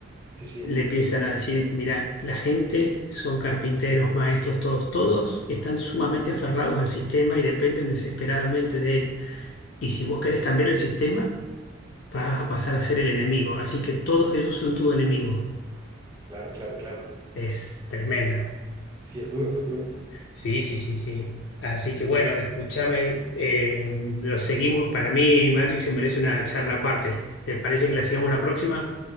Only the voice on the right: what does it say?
Sí, sí,
claro, claro, claro.
Sí, es duro, es duro.